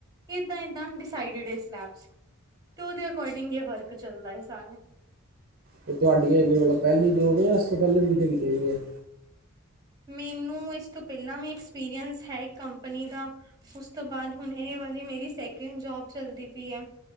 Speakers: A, on the right (about 20°); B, on the right (about 45°).
A: ਏਦਾਂ ਏਦਾਂ ਡਿਸਾਈਡਿਡ ਏ ਸਲੈਬ ਤੇ ਓਦੇ ਅਕੋਡਿੰਗ ਵਰਕ ਚੱਲਦਾ ਹੈ। ਸਾਰਾ
B: ਤੇ ਤੁਹਾਡੀ ਹੈਗੀ ਮਤਲਬ ਪੈਲੀ ਜੋ ਇਸ ਤੋਂ ਪੈਲੇ ਵੀ ਕਿੱਥੇ ਕੀਤੀ ਹੈ।
A: ਮੈਨੂੰ ਇਸ ਤੋਂ ਪੈਲਾਂ ਵੀ ਐਕਸਪੀਰੀਅੰਸ ਹੈ ਕੰਪਨੀ ਦਾ ਉਸ ਤੋਂ ਬਾਅਦ ਹੁਣ ਇਹ ਵਾਲੀ ਮੇਰੀ ਸੈਕਿੰਡ ਜੋਬ ਚਲਦੀ ਪਈ ਹੈ।